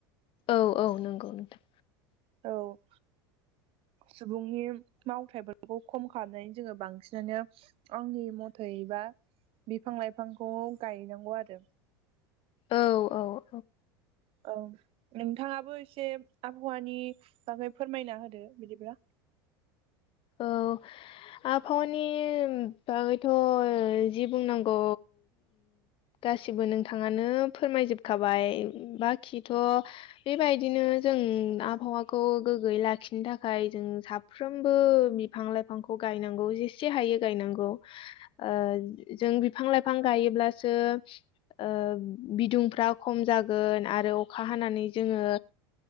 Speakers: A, on the left (about 45°); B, on the right (about 50°).
A: औ-औ नंगौ नोंथां
B: औ सुबुंनि मावथाइफोरखौ खम खालामनानै जोङो बांसिनानो आंनि मथैबा बिफां लाइफांखौ गायनांगौ आरो
A: औ-औ-औ
B: औ नोंथाङाबो एसे आबहावानि बागै फोरमायना होदो बिदिब्ला
A: औ आबहावानि बागैथ' जि बुंनांगौ गासिबो नोंथाङानो फोरमायजोबखाबाय बाखिथ' बेबायदिनो जों आबहावाखौ गोग्गोयै लाखिनो थाखाय जों साफ्रोम बो बिफां लाइफांखौ गायनांगौ जेसे हायो गायनांगौ ओ जों बिफां लाइफां गायोब्लासो ओ बिदुंफ्रा खम जागोन आरो अखा हानानै जोङो